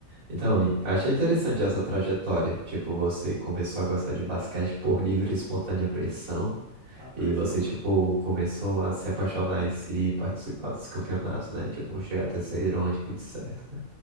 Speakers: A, on the right; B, on the right.
A: Então, e achei interessante essa trajetória. Tipo, você começou a gostar de basquete por livre e espontânea pressão.
B: ah, pressão,
A: E você,
B: mano.
A: tipo, começou a se apaixonar em si e participar dos campeonatos, né? Tipo, chegar até ser irônico de certo, né?